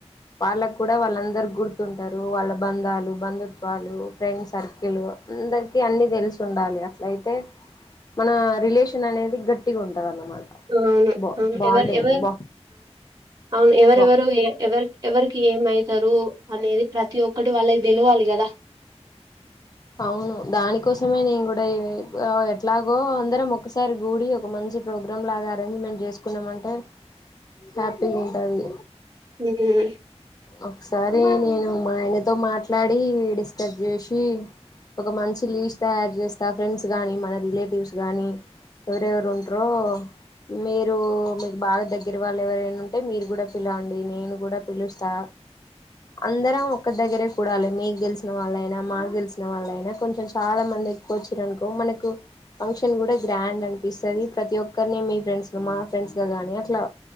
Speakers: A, on the left (about 35°); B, on the right (about 35°).
A: వాళ్ళకూడా వాళ్ళందరు గుర్తుంటారు వాళ్ళ బంధాలు బంధుత్వాలు ఫ్రెండ్స్ సర్కిలు అందరికి అన్ని తెలుసు ఉండాలి అట్లయితే మన రిలేషన్ అనేది గట్టిగా ఉంటంది అన్నమాట
B: అవును
A: బా
B: అవునుఎవరు
A: బాండింగ్
B: ఎవరు
A: బా
B: అవును ఎవరెవరు
A: బా
B: ఎవరి ఏ ఎవరి ఏమవుతారు అనేది ప్రతి ఒక్కటి వాళ్ళకి తెలవాలి కదా
A: అవును దానికోసమే నేను కూడా ఎట్లాగో అందరం ఒకసారి గూడి ఒక మం మంచి ప్రోగ్రామ్ లాగా అరేంజ్మెంట్ చేసుకున్నామ అంటే హ్యాపీగా ఉంటాది
B: హ్మ్
A: ఒకసారి నేను మా ఆయనతో మాట్లాడి డిస్కట్ చేసి ఒక మంచి లీజ్ తయారు చేస్తా ఫ్రెండ్స్ గాని మన రిలేటివ్స్ గాని ఎవరు ఎవరు ఉండ్రో మీరు మీకు బాగా దగ్గర వాళ్ళు ఎవరైనా ఉంటే మీరు కూడా పిలవండి నేను కూడా పిలుస్తా అందరం ఒకక్క దగ్గరే కూడాలి మీకు గెలిసిన వాళ్ళైనా మా గెలిచిన వాళ్ళ అయినా కొంచెం చాలా మంది కూచ్చర అనుకో మనకు ఫంక్షన్ కూడా గ్రాండ్ అనిపిస్తుంది ప్రతి ఒక్కరిని మీ ఫ్రెండ్స్ లో మా ఫ్రెండ్స్ గా కానీ అట్లా